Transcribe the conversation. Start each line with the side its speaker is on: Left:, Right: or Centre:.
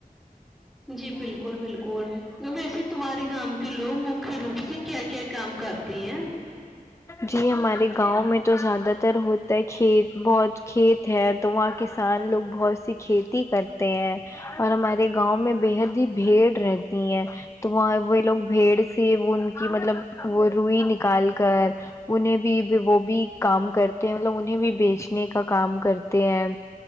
Centre: جی بالکل بالکل ویسے تمہارے گاؤں کے لوگ مکھیہ روپ سے کیا کیا کام کرتے ہیں
Left: جی ہمارے گاؤں میں تو زیادہ تر ہوتا ہے کھیت بہت کھیت ہے تو وہاں کسان لوگ بہت سی کھیتی کرتے ہیں اور ہمارے گاؤں میں بےحد ہی بھیڑ رہتی ہے تو وہاں وہ لوگ بھیڑ سے ان کی مطلب وہ روئی نکال کر انہیں بھی وہ بھی کام کرتے ہیں مطلب انہیں بھی بیچنے کا کام کرتے ہیں